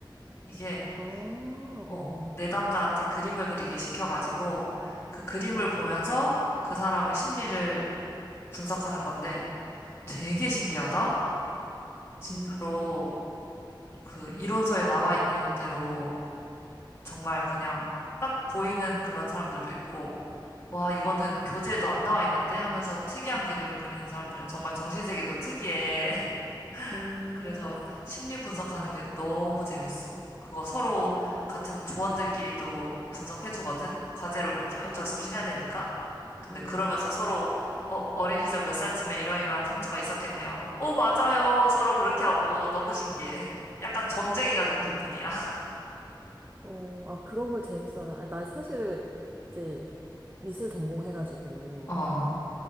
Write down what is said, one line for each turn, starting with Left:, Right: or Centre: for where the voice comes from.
Left: 이게,
Right: 어, 어,
Left: 어,
Right: 어.
Left: 내담자한테 그림을 그리게 시켜가지고, 그 그림을 보면서 그 사람의 심리를 분석하는 건데, 되게 신기하다? 진짜로
Right: 음,
Left: 그 이론서에 나와 있는 대로 정말 그냥 딱 보이는 그런 사람들도 있고, 와, 이거는
Right: 음,
Left: 교재에도 안 나와 있는데 하면서 특이한 그림을 그리는 사람들은 정말 정신세계도 특이해. <laughs>
Right: 음,
Left: 그래서
Right: 그렇군.
Left: 심리 분석하는
Right: 음,
Left: 게 너무 재밌어. 그거 서로
Right: 음,
Left: 같은 조원들끼리도 분석해주거든. 과제로 이렇게 어쩔
Right: 음,
Left: 수 없이 해야 되니까. 근데
Right: 음, 음,
Left: 그러면서 서로 어, 어린 시절 몇 살쯤에 이러이러한 상처가 있었겠네요 하면, 오, 맞아요. 서로 그렇게 하고 너무 신기해. <laughs> 약간 점쟁이가
Right: 어.
Left: 된 기분이야. <laughs>
Right: 어, 아, 그런 걸 재밌어하나? 아, 나 사실 이제 미술 전공해가지고
Left: 어,